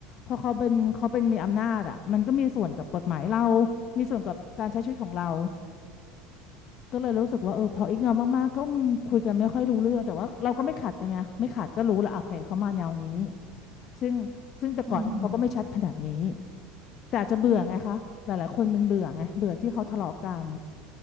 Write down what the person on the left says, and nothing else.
พอเขาเป็นเขาเป็นมีอำนาจอ่ะมันก็มีส่วนกับกฎหมายเรามีส่วนกับการใช้ชีวิตของเราก็เลยรู้สึกว่าเออพออีกนอมากๆก็คุยกันไม่ค่อยรู้เรื่องแต่ว่าเราก็ไม่ขัดกันไงไม่ขัดก็รู้แล้วอ่ะโอเคเขามาแนวนี้ซึ่งซึ่งแต่ก่อนนี้เขาก็ไม่ชัดขนาดนี้
แต่อาจจะเบื่อไงคะหลายๆคนมันเบื่อไงเบื่อที่เขาทะเลาะกัน